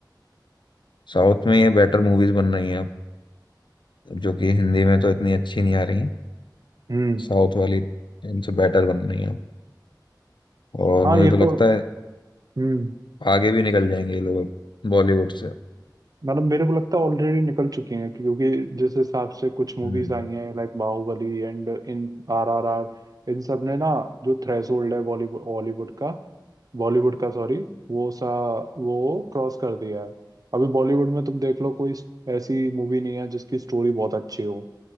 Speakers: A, on the left; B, on the right.
A: साउथ में ये बेटर मूवीज बन रही हैं अब जो कि हिंदी में तो इतनी अच्छी नहीं आ रही हैं
B: हम्म
A: साउथ वाली इनसे बेटर बन रही हैं अब और
B: हाँ
A: मुझे
B: ये
A: तो लगता
B: तो
A: है
B: हम्म
A: आगे भी निकल जाएंगे ये लोग अब बॉलीवुड से
B: मतलब मेरे को लगता है ऑलरेडी निकल चुकी हैं क्योंकि जिस हिसाब से कुछ मूवीज
A: हम्म।
B: आई हैं लाइक बाहुबली एंड इन आर आर आर इन सब ने ना जो थ्रेशोल्ड है बॉलीवुड हॉलीवुड का बॉलीवुड का सॉरी वो सा वो क्रॉस कर दिया है अभी बॉलीवुड में तुम देख लो कोई ऐसी मूवी नहीं है जिसकी स्टोरी बहुत अच्छी हो